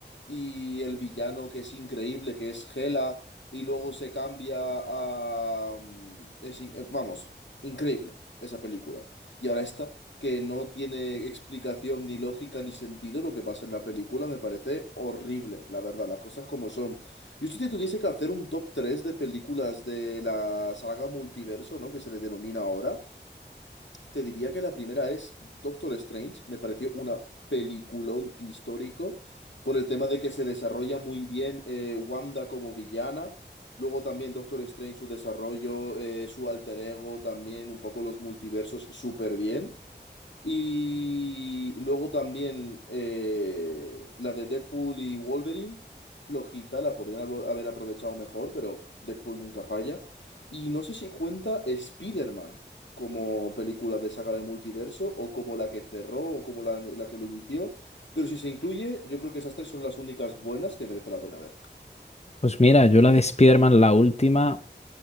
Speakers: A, on the left; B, on the left.
A: y el villano que es increíble, que es Hela y luego se cambia a... mm, es in- eh, vamos, increíble esa película. Y ahora esta, que no tiene explicación ni lógica ni sentido lo que pasa en la película, me parece horrible, la verdad, las cosas como son. Yo si te tuviese que hacer un top 3 de películas de la saga multiverso, ¿no? Que se le denomina ahora. Te diría que la primera es Doctor Strange, me pareció una peliculón histórico por el tema de que se desarrolla muy bien eh, Wanda como villana, luego también Doctor Strange, su desarrollo, eh, su alter ego, también un poco los multiversos súper bien. Y luego también eh, la de Deadpool y Wolverine, flojita, la podrían hablo- haber aprovechado mejor, pero Deadpool nunca falla. Y no sé si cuenta Spider-Man como película de saga de multiverso, o como la que cerró, o como la, la que lo inició. Pero si se incluye, yo creo que esas tres son las únicas buenas que merece la pena ver.
B: Pues mira, yo la de Spider-Man, la última.